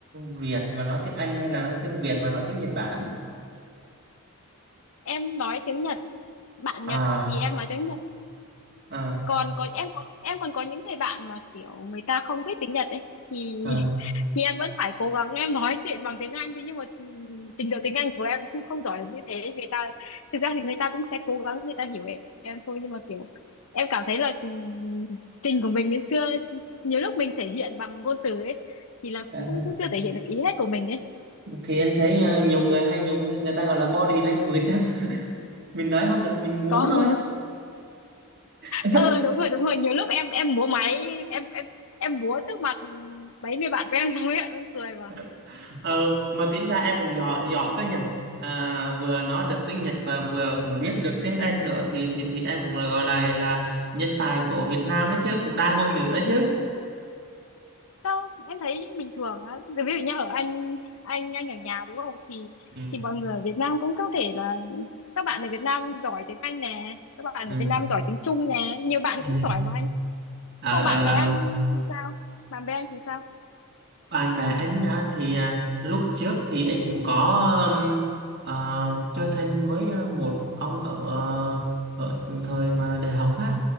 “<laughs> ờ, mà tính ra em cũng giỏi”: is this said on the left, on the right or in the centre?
Right